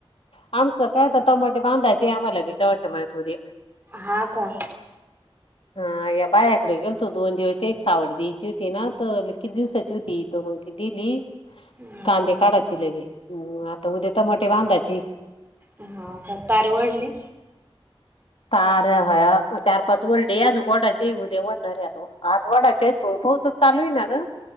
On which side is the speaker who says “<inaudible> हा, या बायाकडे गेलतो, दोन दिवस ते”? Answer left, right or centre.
Left